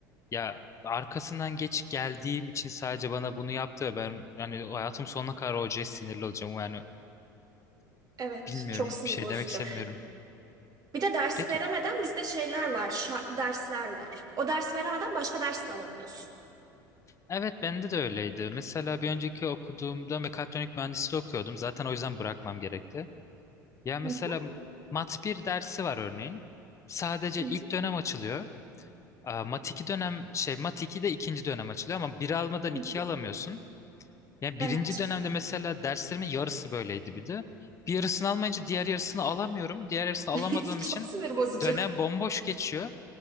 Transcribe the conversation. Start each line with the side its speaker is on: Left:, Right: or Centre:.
Left: ya arkasından geç geldiğim için sadece bana bunu yaptı ve ben hani hayatım sonuna kadar hocaya sinirli olacağım. Yani
Right: Evet,
Left: bilmiyorum
Right: çok sinir
Left: bir şey
Right: bozucu.
Left: demek istemiyorum.
Right: Bir de dersi
Left: Peki
Right: veremeden bizde şeyler var, şartlı dersler var. O dersi veremeden başka ders de alamıyorsun.
Left: Evet bende de öyleydi. Mesela bir önceki okuduğumda mekatronik mühendisliği okuyordum. Zaten o yüzden bırakmam gerekti. Ya mesela
Right: Hı hı,
Left: Mat bir dersi var örneğin. Sadece
Right: hı
Left: ilk
Right: hı,
Left: dönem açılıyor. Aa, Mat 2 dönem şey Mat 2 de ikinci dönem açılıyor ama bir almadan
Right: hı
Left: ikiyi
Right: hı.
Left: alamıyorsun. Yani birinci
Right: Evet.
Left: dönemde mesela derslerimin yarısı böyleydi bir de. Bir yarısını almayınca diğer yarısını alamıyorum. Diğer yarısını
Right: <laughs>
Left: alamadığım
Right: Çok
Left: için
Right: sinir bozucu.
Left: dönem bomboş geçiyor.